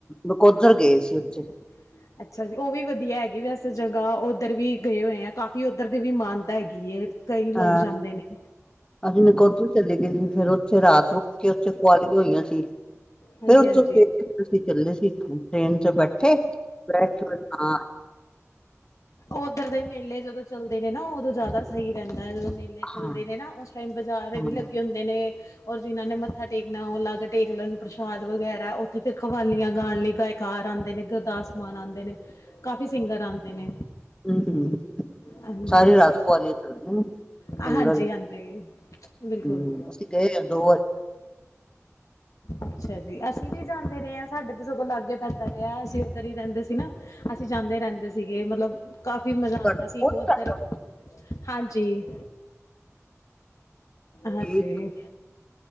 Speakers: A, on the left; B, on the left.
A: ਨਕੋਦਰ ਗਏ ਸੀ ਉੱਥੇ।
B: ਹ <unintelligible> ਅੱਛਾ ਜੀ ਉਹ ਵੀ ਵਧੀਆ ਹੈਗੀ ਵੈਸੇ ਜਗ੍ਹਾ ਉੱਧਰ ਵੀ ਗਏ ਹੋਏ ਆ ਕਾਫ਼ੀ ਉੱਧਰ ਦੀ ਵੀ ਮਾਨਤਾ ਹੈਗੀ ਏ। ਕਈ ਲੋਕ
A: ਅਹ
B: ਜਾਂਦੇ ਨੇ।
A: ਅਸੀਂ ਨਿਕੋਧਰ ਚੱਲੀ ਗਈ ਸੀ ਫੇਰ ਉੱਥੇ ਰਾਤ ਰੁਕ ਕੇ ਉੱਥੇ ਕੁਆਲੀਆਂ ਹੋਈਆਂ ਸੀ।
B: ਹਾਂਜੀ
A: ਫਿਰ ਉਥੋਂ
B: ਹਾਂਜੀ
A: ਅਸੀ ਚੱਲੇ ਸੀ ਟਰੇਨ ਚ ਬੈਠੇ, ਬੈਠ ਕੇ ਫਿਰ ਤਾਂ
B: ਉੱਧਰ ਦੇ ਮੇਲੇ ਜਦੋਂ ਚੱਲਦੇ ਨੇ ਨਾ ਉਦੋਂ ਜ਼ਿਆਦਾ ਸਹੀ ਰਹਿੰਦਾ ਹੈ ਜਦੋਂ ਮੇਲੇ ਮੇਲੇ ਚੱਲਦੇ
A: ਹਾਂ
B: ਨੇ ਨਾ ਉਸ ਟਾਈਮ ਬਜ਼ਾਰ
A: ਹਾਂ
B: ਵੀ ਲੱਗੇ ਹੁੰਦੇ ਨੇ। ਔਰ ਜਿਹਨਾਂ ਨੇ ਮੱਥਾ ਟੇਕਣਾ ਉਹ ਅਲੱਗ ਟੇਕ ਲੈਣ ਪ੍ਰਸ਼ਾਦ ਵਗੈਰਾ ਉੱਥੇ ਫੇਰ ਖਵਾਲੀਆਂ ਗਾਣ ਲਈ ਗਾਇਕ ਘਰ ਆਉਂਦੇ ਨੇ, ਗੁਰਦਾਸ ਮਾਨ ਆਉਦੇ ਨੇ, ਕਾਫ਼ੀ ਸਿੰਗਰ ਆਉਂਦੇ ਨੇ।
A: ਹੂੰ-ਹੂੰ,
B: ਹਾਂਜੀ
A: ਸਾਰੀ ਰਾਤ ਕੁਆਲੀਆ ਚੱਲਦੀਆਂ ਨੇ,
B: ਹਾਂਜੀ
A: ਲੰਗਰ
B: ਹਾਂਜੀ
A: ਹੂੰ,
B: ਬਿਲਕੁਲ
A: ਅਸੀਂ ਗਏ ਹਾ ਦੋ ਵਾਰ।
B: ਅੱਛਾ ਜੀ ਅਸੀਂ ਵੀ ਜਾਂਦੇ ਰਹੇ ਹਾਂ। ਸਾਡੇ ਤੇ ਸਗੋਂ ਲਾਗੇ ਪੈਂਦਾ ਰਿਹਾ ਅਸੀਂ ਉੱਧਰ ਹੀ ਰਹਿੰਦੇ ਸੀ ਨਾ, ਅਸੀਂ ਜਾਂਦੇ ਰਹਿੰਦੇ ਸੀਗੇ ਮਤਲਬ ਕਾਫ਼ੀ ਮਜ਼ਾ
A: ਬਹੁਤ
B: ਆਉਂਦਾ ਸੀ
A: ਬਹੁਤ
B: ਇੱਕ ਉੱਧਰ
A: ਘੱਟ
B: ਇੱਕ, ਹਾਂਜੀ। ਹਾਂਜੀ
A: ਸੀ।